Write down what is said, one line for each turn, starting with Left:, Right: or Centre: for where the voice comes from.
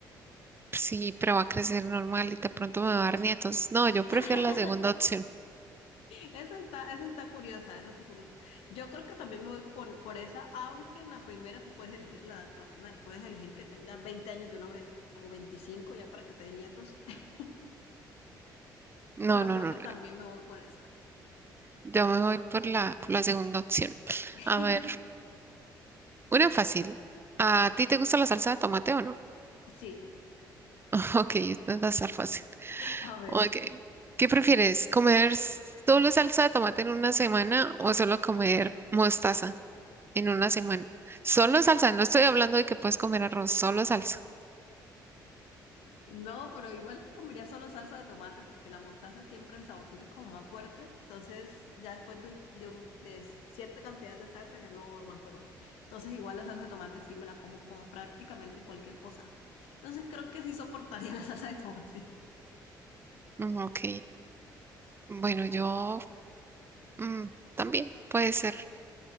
Right: sí, pero va a crecer normal y de pronto
Left: Sí.
Right: me va a dar nietos. No, yo prefiero
Left: <laughs>
Right: la segunda opción.
Left: Esa está, esa está curiosa, esa está curiosa. Yo creo que también me voy con- por esa, aunque en la primera tú puedes elegir la edad que va a tener. Puedes elegir que tenga 20 años de una vez o 25 ya para que te dé nietos. <laughs>
Right: No,
Left: Pero
Right: no,
Left: creo
Right: no.
Left: que también me voy por esa.
Right: Yo me voy por la, por la segunda opción.
Left: <laughs>
Right: A ver, una fácil. ¿A ti te gusta la salsa de tomate o no?
Left: Sí.
Right: <laughs> Ok, esta va a estar fácil.
Left: A ver.
Right: Ok. ¿Qué prefieres? ¿Comer solo salsa de tomate en una semana o solo comer mostaza en una semana? Solo
Left: Uh,
Right: salsa, no estoy hablando de que puedes comer arroz, solo salsa.
Left: No, pero igual comería solo salsa de tomate porque la mostaza siempre el saborcito es como más fuerte. Entonces, ya después de, un- de un- de cierta cantidad de salsa ya no aguanto más. Entonces, igual la salsa de tomate sí me la como con prácticamente cualquier cosa. Entonces, creo que sí soportaría <laughs> la salsa de tomate.
Right: Mm, Ok. Bueno, yo mm, también puede ser.